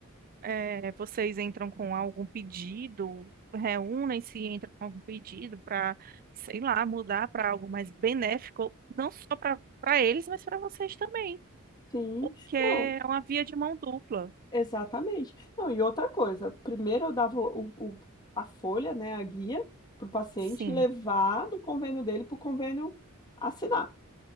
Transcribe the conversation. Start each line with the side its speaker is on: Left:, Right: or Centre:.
Right: eh, vocês entram com algum pedido, reúnem-se e entram com algum pedido para, sei lá, mudar para algo mais benéfico, não só para para eles, mas para vocês também,
Left: Sim,
Right: porque é
Left: não,
Right: uma via de mão dupla.
Left: exatamente. Não, e outra coisa, primeiro eu dava o, o- a folha, né, a guia, para o paciente
Right: Sim,
Left: levar do convênio dele para o convênio assinar.